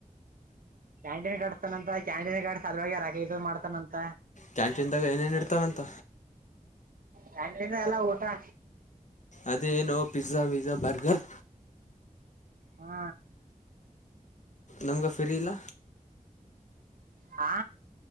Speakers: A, on the right; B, on the left.
A: ಕ್ಯಾಂಟೀನ್ ಕಟ್ತಾನಂತ ಕ್ಯಾಂಟೀನ್ ಕಾಸ ಅದ್ರಾಗ ರ ಇ ಮಾಡ್ತಾನಂತ
B: ಕ್ಯಾಂಟೀನ್ದಾಗ ಏನೇನ್ ಇಡ್ತಾರಂತ
A: ಚ್ಣಿಂದ ಎಲ್ಲ ಊಟಣ
B: ಅದೇಏನು ಪಿಜ್ಜಾ ವಿಜ್ಜಾ ಬರ್ಗರ್
A: ಹಾ
B: ನಮ್ಗ ಫ್ರೀ ಇಲ್ಲ
A: ಹಾ